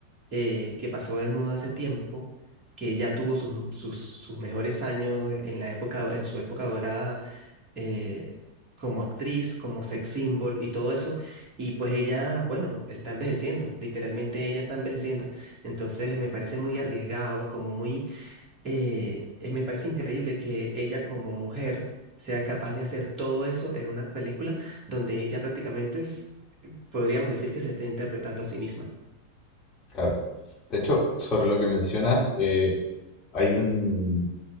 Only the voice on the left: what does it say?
claro. De hecho, sobre lo que mencionas, eh, hay un,